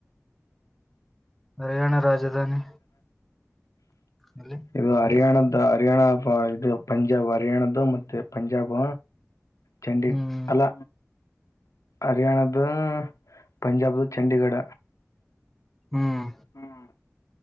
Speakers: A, in the centre; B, on the left.
A: ಹರಿಯಾಣ ರಾಜಧಾನಿ ಅಲ್ಲಿ
B: ಇದು ಹರಿಯಾಣದ ಇ ಹರ್ಯಾಣ ಇದು ಪಂಜಾಬ್ ಹರ್ಯಾಣದ್ದ ಮತ್ತೆ ಪಂಜಾಬ್ ಚಂಡೀ
A: ಹ್ಮ್
B: ಅಲ್ಲ ಹರ್ಯಾಣದು ಪಂಜಾಬ್ ದ ಚಂಡೀಗಢ
A: ಹ್ಮ್
B: ಹ್ಮ್